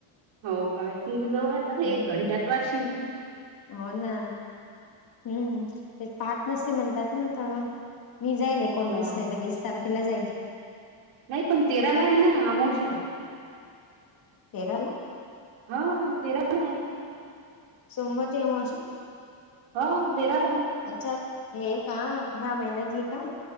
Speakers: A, on the right; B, on the left.
A: हो काय तुमच्या जवळ अे
B: हम्म
A: एक घंट्यात वाशव
B: हो ना हम्म ते पाहात न म्हणतात ना त मी जाईल एकोणवीस
A: हा
B: नाही तर वीस तारखेला जाईल.
A: नाही पण तेराला आहे ना अमावशा.
B: तेराला
A: हा तेराला आहे.
B: सोमवार ते अमावस्या.
A: ह देराला आहे
B: अच्छा हे का ह्या महिन्यातली का